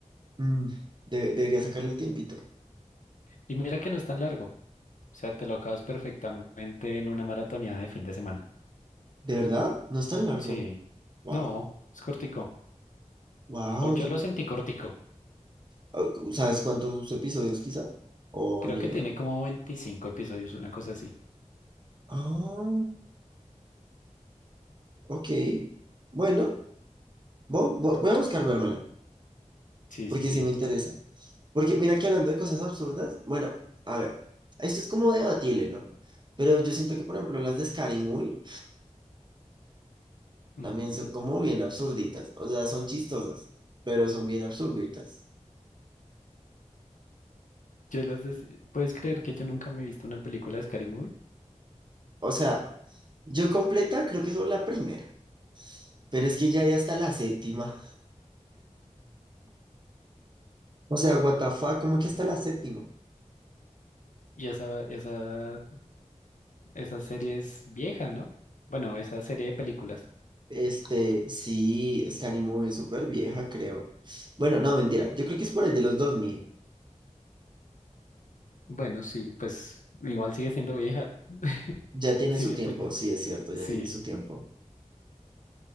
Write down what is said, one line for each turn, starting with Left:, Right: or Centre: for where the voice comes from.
Right: Mm, de- debería sacarle el tiempito.
Left: Y mira que no es tan largo. O sea, te lo acabas perfectamente en una maratoneada de fin de semana.
Right: ¿De verdad? No es tan largo.
Left: Sí.
Right: Wow.
Left: No, es cortico.
Right: Wow.
Left: O yo
Right: yo-
Left: lo sentí cortico.
Right: ah, ¿Sabes cuántos episodios quizá? O
Left: Creo
Right: ni
Left: que
Right: idea.
Left: tiene como 25 episodios, una cosa así.
Right: Ah, ok. Bueno, vo- vo- voy a buscar vérmela,
Left: Sí,
Right: porque
Left: sí, sí.
Right: sí me interesa. Porque mira que hablando de cosas absurdas, bueno, a ver, esto es como debatible, ¿no? Pero yo siento que, por ejemplo, las de Scary Movie
Left: Ujú.
Right: también son como bien absurditas. O sea, son chistosas, pero son bien absurditas.
Left: Yo las des- ¿Puedes creer que yo nunca me he visto una película de Scary Movie?
Right: O sea, yo completa creo que es la primera. Pero es que ya hay hasta la séptima. O sea, what the fuck, ¿cómo que hasta la séptima?
Left: Y esa, esa, esa serie es vieja, ¿no? Bueno, esa serie de películas.
Right: Este, sí, Scary Movie es súper vieja, creo. Bueno, no, mentira. Yo creo que es por ahí de los 2000.
Left: Bueno, sí, pues igual sigue siendo vieja. <laughs>
Right: Ya tiene
Left: Sigue
Right: su tiempo,
Left: teniendo.
Right: sí, es cierto, ya
Left: Sí.
Right: tiene su tiempo.